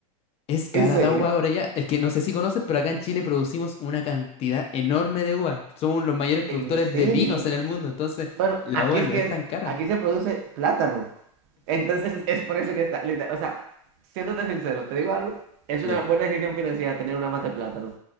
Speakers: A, on the left (about 35°); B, on the right (about 60°).
A: Es cara
B: ¿En serio?
A: la uva por allá. Es que no sé si conoces, pero acá en Chile producimos una cantidad enorme de uva. Somos los mayores productores
B: ¿En serio?
A: de vinos en el mundo, entonces
B: Bueno,
A: la
B: aquí
A: uva
B: es
A: no
B: que
A: es
B: es-
A: tan cara.
B: aquí se produce plátano. Entonces <laughs> es por eso que está, literal- o sea, siéndote sincero, te digo algo, es
A: Dime,
B: una buena decisión financiera tener una mata de plátano,